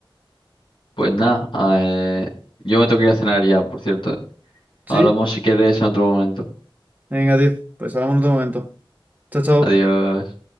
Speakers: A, on the left; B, on the right.
A: pues nada. eh, yo me tengo que ir a cenar ya, por cierto.
B: Sí,
A: Hablamos si quieres en otro momento.
B: venga, tío, pues hablamos en otro momento. Chao, chao.
A: Adiós.